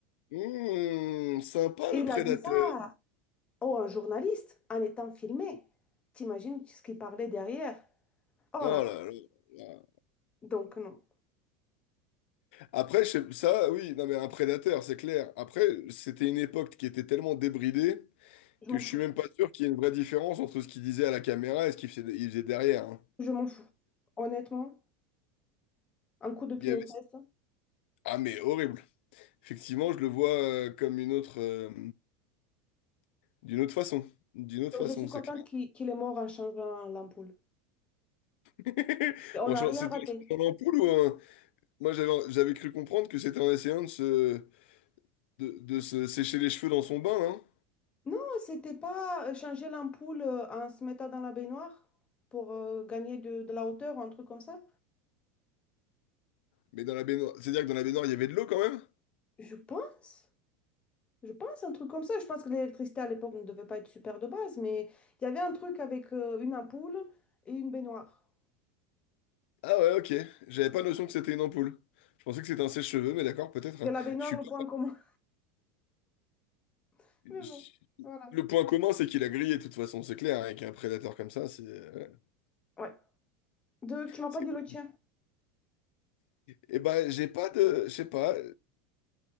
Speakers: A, on the left; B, on the left.
A: Hmm, sympa
B: Et
A: le
B: il
A: prédateur.
B: a dit ça oh, un journaliste en étant filmé. T'imagines ce qu'il parlait derrière? Oh
A: Oh
B: là là,
A: là là.
B: donc non,
A: Après, je sais- ça, oui, non, mais un prédateur, c'est clair. Après, c'était une époque qui était tellement débridée
B: je
A: que
B: m'en
A: je
B: fous,
A: suis même pas sûr qu'il y ait une vraie différence entre ce qu'il disait à la caméra et ce qu'il faisait, il faisait derrière. hein.
B: je m'en fous. Honnêtement, un coup de pied
A: Il y avait...
B: aux fesses.
A: Ah, mais horrible. Effectivement, je le vois euh, comme une autre, euh, d'une autre façon. D'une autre
B: Donc,
A: façon,
B: je suis contente
A: c'est clair.
B: qu'il qu'il est mort en changeant l'ampoule.
A: <laughs>
B: Et on
A: En
B: n'a
A: chan-
B: rien
A: C'était
B: raté.
A: en changeant l'ampoule ou un... Moi, j'avais j'avais cru comprendre que c'était en essayant de se... De, de se sécher les cheveux dans son bain, hein.
B: Non, c'était pas euh, changer l'ampoule euh, en se mettant dans la baignoire pour euh, gagner de, de la hauteur ou un truc comme ça.
A: Mais dans la baignoire... C'est-à-dire que dans la baignoire, il y avait de l'eau quand même?
B: Je pense. Je pense un truc comme ça. Je pense que l'électricité à l'époque ne devait pas être super de base, mais il y avait un truc avec euh, une ampoule et une baignoire.
A: Ah ouais, ok. J'avais pas notion que c'était une ampoule. Je pensais que c'était un sèche-cheveux, mais d'accord, peut-être.
B: Mais
A: hein.
B: la baignoire,
A: Je suis
B: le
A: pas...
B: point commun. <laughs>
A: je-
B: Mais bon, voilà.
A: Le point commun, c'est qu'il a grillé, de toute façon, c'est clair. hein, Avec un prédateur comme ça, c'est... ouais,
B: Ouais. De, tu m'as
A: c'est-
B: pas dit
A: cool.
B: le tien.
A: Eh ben, j'ai pas de... Je sais pas.